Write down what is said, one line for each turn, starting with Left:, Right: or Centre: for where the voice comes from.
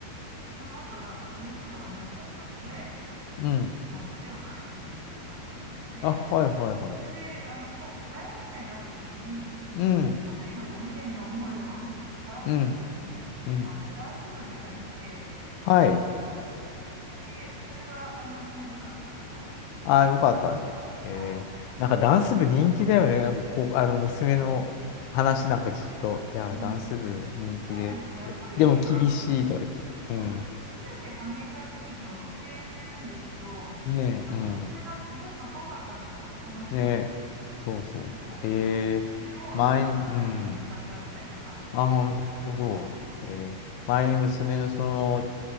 Right: その後なんか美術部とかに入っちゃったんで、
Left: うん。
Right: あの、絵を描いててっていう感じだったので、
Left: あ、
Right: なんか
Left: はいはいはいはい。
Right: それで、あの、こう、大学生になった時に、
Left: うん。
Right: なんかその時のこう無念の思いを <laughs> 晴らすために、
Left: うん。うん。
Right: あの、ダンス部に入って、
Left: はい。
Right: あで、それはあの4年間ちゃんとやりとっていう、
Left: あ、よかったね。
Right: はい、
Left: へえ。なんかダンス部人気だよね。
Right: 感じ。
Left: なんかこう、あの、娘の話なんか聞くと、
Right: うん。
Left: いや、
Right: うん
Left: ダンス部人気でって。
Right: そうですね。やっぱり、
Left: でも厳しいとか言って。
Right: あの、そう、
Left: うん。
Right: 新入生歓迎会の時に踊ってくれるんですけど、
Left: ねえ、
Right: なんかそれがすごいかっこよかったんですよ。
Left: うん。
Right: 楽しそう
Left: ねえ、そうそう。
Right: で。はい。
Left: えー、
Right: でも、
Left: 前に、
Right: なんか一目で気に入っちゃったみたいな感じで、
Left: うん。あ、なるほど。
Right: はい。
Left: えー、前に娘のその、
Right: はい。